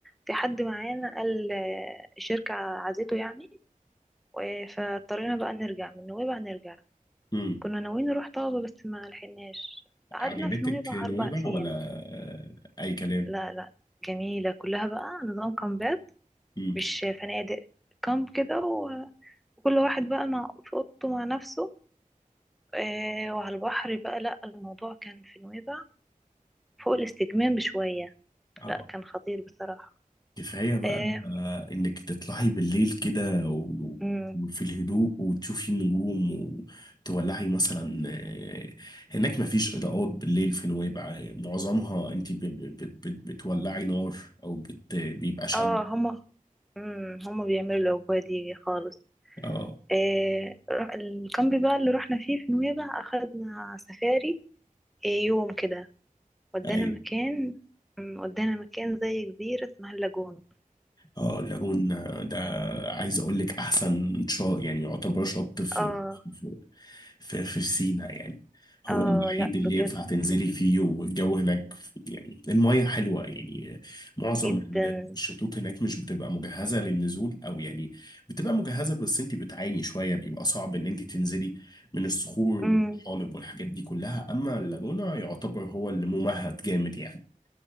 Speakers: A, in the centre; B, on the left.
A: في حد معانا قال آه، الشركة عزيته يعني و- فاضطرينا بقى نرجع من نويبع نرجع
B: امم
A: كنا ناويين نروح طابة بس ما لحقناش قعدنا
B: عجبتك
A: في نويبع
B: نويبع
A: أربع أيام
B: ولا آه، اي كلام
A: لا لا جميلة كلها بقى نظام كامبات
B: امم
A: مش فنادق كامب كده و- وكل واحد بقى مع في أوضته مع نفسه آه، وعلى البحر بقى لا الموضوع كان في نويبع فوق الاستجمام بشوية
B: اه
A: لا كان خطير بصراحة
B: كفايه بقى
A: اه
B: انك تطلعي بالليل كده و-
A: مم.
B: وفي الهدوء وتشوفي النجوم وتولعي مثلا آه، هناك مفيش اضاءات بالليل في نويبع آه، معظمها انت ب- ب- بت- بتولعي نار او بت- بيبقى شمع
A: آه، هما مم، هما بيعملوا الأجواء دي خالص
B: اه
A: آه، الكامب بقى اللي رحنا فيه في نويبع أخدنا سفاري آه، يوم كده ودانا
B: أيوة.
A: مكان مم، ودانا مكان زي جزيرة اسمها اللاجون
B: اه اللاجون ده عايز اقول لك احسن شاطئ يعني يعتبر شط في
A: اه
B: في في, في سينا يعني هو
A: اه
B: الوحيد
A: لا
B: اللي
A: بجد
B: ينفع تنزلي فيه والجو هناك يعني المية حلوة يعني معظم
A: جدا
B: الشطوط هناك مش بتبقى مجهزة للنزول او يعني بتبقى مجهزة بس انت بتعاني شوية بيبقى صعب ان انت تنزلي من الصخور والطحالب
A: مم.
B: والحاجات دي كلها اما اللاجونة يعتبر هو اللي ممهد جامد يعني